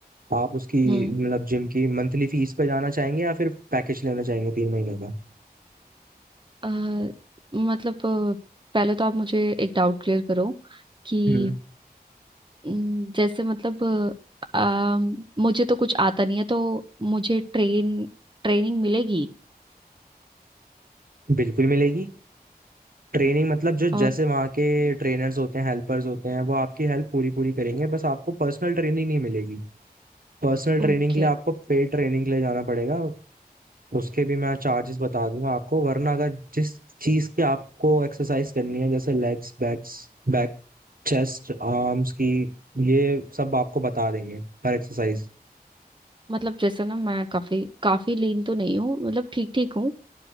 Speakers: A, on the right; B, on the right.
A: आप उसकी
B: हम्म
A: मतलब जिम की मंथली फीस पे जाना चाहेंगे या फिर पैकेज लेना चाहेंगे तीन महीने का
B: अ, मतलब अ, पहले तो आप मुझे एक डाउट क्लियर करो कि
A: हम्म।
B: न, जैसे मतलब अ, अम, मुझे तो कुछ आता नहीं है तो मुझे ट्रेन ट्रेनिंग मिलेगी
A: बिल्कुल मिलेगी ट्रेनिंग मतलब जो जैसे
B: और
A: वहाँ के ट्रेनर्स होते हैं हेल्पर्स होते हैं वो आपकी हेल्प पूरी पूरी करेंगे बस आपको पर्सनल ट्रेनिंग नहीं मिलेगी पर्सनल ट्रेनिंग
B: ओके
A: के लिए आपको पेड ट्रेनिंग के लिए जाना पड़ेगा उसके भी मैं चार्जेस बता दूंगा आपको वरना अगर जिस चीज की आपको एक्सरसाइज करनी है जैसे legs backs back chest arms की ये सब आपको बता देंगे हर एक्सरसाइज
B: मतलब जैसे ना मैं काफी काफी लीन तो नहीं हूँ मतलब ठीक ठीक हूँ